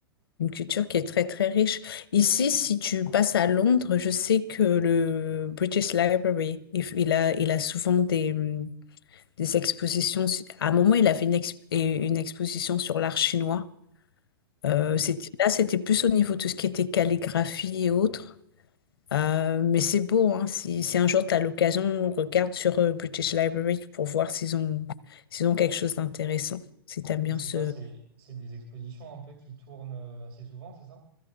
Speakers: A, on the left; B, on the right.
A: une culture qui est très, très riche. Ici, si tu passes à Londres, je sais que le British Library, il, il a, il a souvent des, hum, des expositions. À un moment, il avait une, exp- une exposition sur l'art chinois. Euh,
B: ok.
A: c'était- là, c'était plus au niveau de tout ce qui était calligraphie et autres. Euh, mais c'est beau, hein. Si, si un jour tu as l'occasion, regarde sur euh, British Library pour voir s'ils ont, s'ils ont quelque chose d'intéressant, si tu aimes bien
B: Et c'est
A: ce,
B: quoi? C'est, c'est des expositions un peu qui tournent euh, assez souvent, c'est ça?